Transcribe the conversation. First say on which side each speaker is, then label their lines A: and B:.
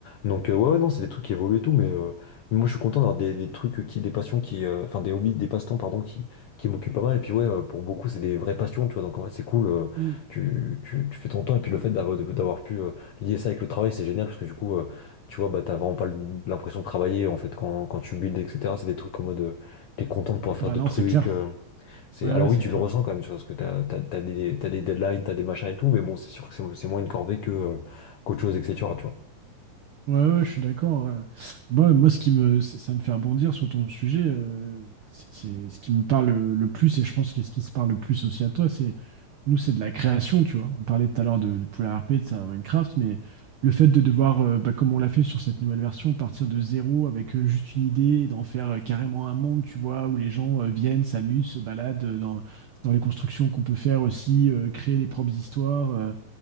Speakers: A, on the left; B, on the right.
A: Donc euh, ouais, ouais, non, c'est des trucs qui évoluent et tout, mais, euh, mais moi je suis content d'avoir des, des trucs qui, des passions qui, euh, enfin des hobbies, des passe-temps, pardon, qui, qui m'occupent pas mal. Et puis ouais, euh, pour beaucoup, c'est des vraies passions, tu vois, donc en fait c'est cool, euh,
B: Mm.
A: tu, tu, tu fais ton temps, et puis le fait d'avoir d'avoir pu euh, lier ça avec le travail, c'est génial, parce que du coup, euh, tu vois, bah t'as vraiment pas l'impression de travailler en fait quand, quand tu builds, etc. C'est des trucs en mode euh, t'es content de pouvoir faire
B: Bah
A: d'autres
B: non, c'est
A: trucs.
B: clair.
A: euh, c'est,
B: Ouais,
A: alors
B: ouais,
A: oui,
B: c'est
A: tu
B: clair.
A: le ressens quand même, tu vois, parce que t'as, t'as, t'as des, t'as des deadlines, t'as des machins et tout, mais bon, c'est sûr que c'est c'est moins une corvée que, euh, qu'autre chose, etc., tu vois.
B: Ouais, ouais, je suis d'accord. euh. Moi, moi, ce qui me, ça ça me fait rebondir sur ton sujet, euh, c'est c'est ce qui me parle le, le plus, et je pense que ce qui se parle le plus aussi à toi, c'est nous, c'est de la création, tu vois. On parlait tout à l'heure de, de Polar RP, de ça, Minecraft, mais le fait de devoir, euh, bah, comme on l'a fait sur cette nouvelle version, partir de zéro avec euh, juste une idée, et d'en faire euh, carrément un monde, tu vois, où les gens euh, viennent, s'amusent, se baladent euh, dans, dans les constructions qu'on peut faire aussi, euh, créer les propres histoires. euh,